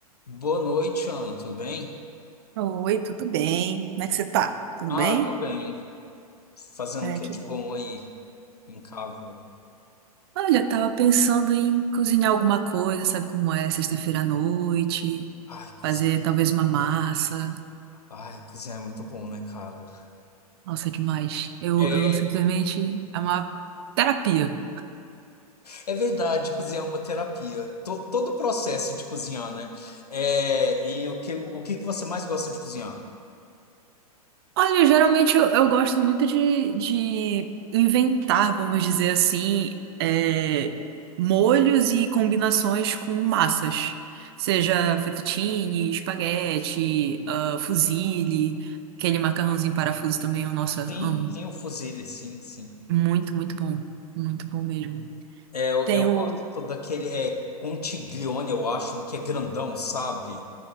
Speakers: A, on the left; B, on the right.
A: Boa noite, Ana, tudo bem?
B: Oi, tudo bem? Como é que você tá? Tudo
A: Ah,
B: bem?
A: eu tô bem. Fazendo
B: Ai,
A: o que
B: que
A: de
B: bom.
A: bom aí em casa?
B: Olha, eu tava pensando em cozinhar alguma coisa, sabe como é? Sexta-feira à noite,
A: Ai, cozinhar,
B: fazer talvez uma massa.
A: ai, cozinhar é muito bom, né, cara?
B: Nossa, que mais? Eu,
A: É,
B: eu simplesmente. É uma terapia.
A: é verdade, cozinhar é uma terapia. To- todo o processo de cozinhar, né? É, e o que, o que que você mais gosta de cozinhar?
B: Olha, geralmente eu, eu gosto muito de, de inventar, vamos dizer assim, é, molhos e combinações com massas. Seja fettuccine, espaguete, ah, fusilli, aquele macarrãozinho em parafuso também, eu, nossa,
A: Sim,
B: amo.
A: sim, o fusilli, sim, sim.
B: Muito, muito bom. Muito bom mesmo.
A: É, eu,
B: Tem
A: eu
B: o...
A: gosto daquele, é, contiglione, eu acho, um que é grandão, sabe?